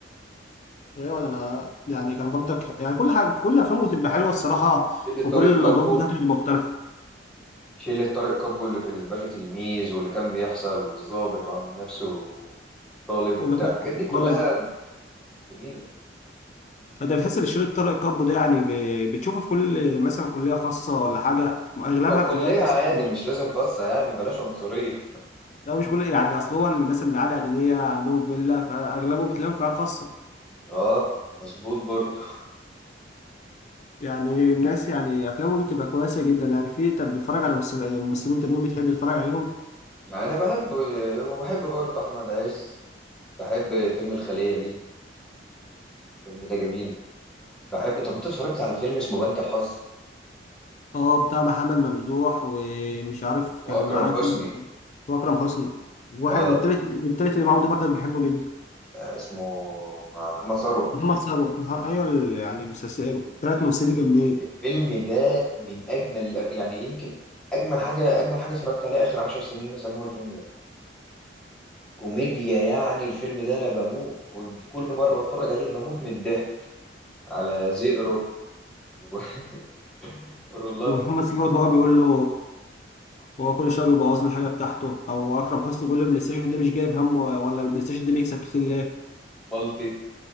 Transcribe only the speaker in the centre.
اللي طارق
كابو
شلة طارق كابو اللي في الباشا تلميذ واللي كان بيحصل والظابط وعامل نفسه طالب وبتاع
الحاجات دي كلها
جميلة
أو كلية
عادي
مش لازم خاصة يعني بلاش عنصرية
<laughs> اه مظبوط برضه
يعني أنا بحب وبحب برضه أحمد عز بحب فيلم الخلية ليه الفيلم ده جميل بحب طب أنت اتفرجت على فيلم اسمه بنك الحظ
وأكرم
حسني
اه
اسمه محمد ثروت
الفيلم ده من اجمل الأف- يعني يمكن اجمل حاجه اجمل حاجه اتفرجت عليها اخر عشر سنين مثلا هو الفيلم ده كوميديا يعني الفيلم ده انا بموت كنت كل مره بتفرج عليه بموت من الضحك على زئرو و- <laughs> ورولات
مالتي